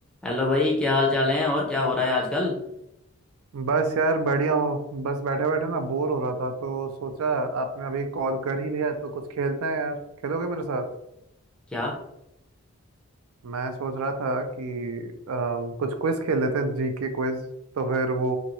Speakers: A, in the centre; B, on the right.
A: हेलो भाई क्या हाल चाल है और क्या हो रहा है आजकल
B: बस यार बढ़िया हूँ बस बैठे बैठे ना बोर हो रहा था तो सोचा आपने अभी कॉल कर ही लिया है, तो कुछ खेलते हैं यार खेलोगे मेरे साथ
A: क्या
B: मैं सोच रहा था कि अम, कुछ क्विज खेल लेते हैं जी के क्विज तो फिर वो